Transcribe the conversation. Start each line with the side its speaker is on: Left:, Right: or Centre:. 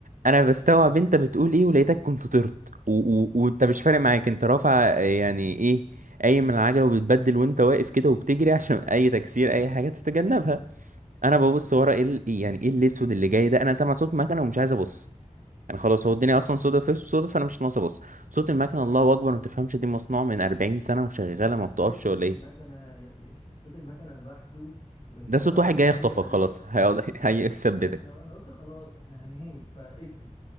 Right: انا بستوعب انت بتقول ايه ولقيتك كنت طرت و... و... وانت مش فارق معاك انت رافع آه، يعني ايه قايم من العجله وبتبدل وانت واقف كده وبتجري <laughs> عشان اي تكسير اي حاجه تتجنبها انا ببص ورا ايه ال- يعني ايه الاسود اللي جاي ده انا سامع صوت مكنه ومش عايز ابص يعني خلاص هو الدنيا اصلا سودا في سودا فانا مش ناقص ابص صوت المكنه الله اكبر ما تفهمش دي مصنوعه من 40 سنه وشغاله
Left: هو
Right: ما
Left: كفاية
Right: بتقفش
Left: صوت
Right: ولا
Left: المكنة
Right: ايه
Left: ي- كف- صوت المكنة لوحده وإن
Right: ده
Left: هو
Right: صوت واحد جاي
Left: جاي
Right: يخطفك
Left: عليك
Right: خلاص هيقعد <laughs> هيثبتك
Left: احنا انا قلت خلاص احنا هنموت فاجري